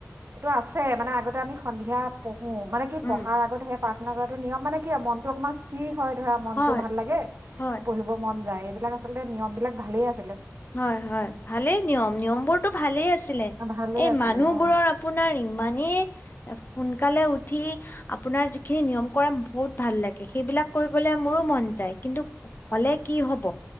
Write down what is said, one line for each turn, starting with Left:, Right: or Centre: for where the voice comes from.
Right: সেইটো আছে মানে আগতে আমি সন্ধিয়া পঢ়ো উ মানে কি
Left: উম
Right: পঢ়াৰ আগতহে প্ৰাথনাউ প্ৰাৰ্থনা কৰাটো নিয়ম মানে কি মনটো অকণমান স্থিৰ হয় ধৰা মনতটো
Left: হয়
Right: ভাল লাগে
Left: হয়
Right: পঢ়িব মন যায় বিলাক আচলতে নিয়ম বিলাক ভালেই আছে
Left: হয় হয় ভালেই নিয়ম নিয়ম বোৰতো ভালেই আছে ছিলে
Right: ভালে
Left: এই
Right: আছিলে
Left: মানুহবোৰৰ
Right: অ
Left: আপোনাৰ ইমানেই সোনকালে উঠি আপোনাৰ যিখিনি নিয়ম কৰে বহুত ভাল লাগে সেইবিলাক কৰিবলৈ মোৰো মন যায় কিন্তু হলে কি হব